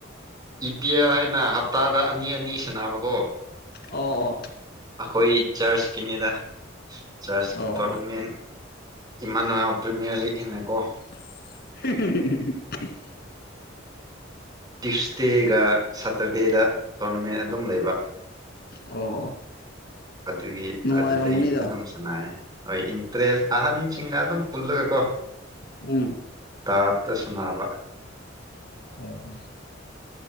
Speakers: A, on the right (about 20°); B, on the left (about 55°).
A: ꯏ ꯄꯤ ꯑꯦꯜ ꯍꯥꯏꯅ ꯍꯞꯇꯥꯗ ꯑꯅꯤ ꯑꯅꯤ ꯁꯅꯕꯀꯣ
B: ꯑꯣ ꯑꯣ
A: ꯈꯣꯏ ꯆꯔꯁ ꯀꯅꯤꯗ ꯆꯔꯆꯀꯤ
B: ꯑꯣ
A: ꯇꯣꯔꯅꯥꯃꯦꯟ
B: ꯑꯣ
A: ꯏꯃꯅ ꯍ ꯄꯤꯃꯤꯌꯔ ꯂ ꯂꯤꯒ ꯍꯦꯅꯦꯀꯣ
B: <unintelligible>
A: ꯇꯤꯁ ꯗꯦꯒ ꯁꯇꯔꯗꯦꯗ ꯇꯣꯔꯅꯃꯦꯟ ꯑꯗꯨꯝ ꯂꯩꯕ
B: ꯑꯣ ꯑꯣ
A: ꯑꯗꯨꯒꯤ
B: ꯅꯨꯡꯉꯥꯏꯔꯝꯒꯅꯤꯗ
A: ꯑꯗꯨꯗꯩ ꯑꯗꯨꯝ ꯁꯅꯦ ꯍꯣꯏ ꯏꯟꯇꯔꯦꯁ ꯑꯍꯟꯁꯤꯡꯒ ꯑꯗꯨꯝ ꯄꯨꯜꯂꯒꯦꯀꯣ
B: ꯎꯝ
A: ꯇꯥꯔꯊ ꯁꯨꯅꯥꯕ
B: ꯑꯣ ꯑꯣ